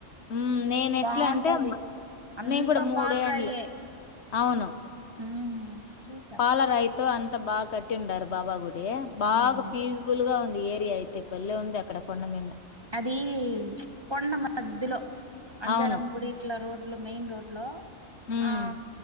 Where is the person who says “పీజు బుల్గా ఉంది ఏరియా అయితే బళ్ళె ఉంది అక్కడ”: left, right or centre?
Left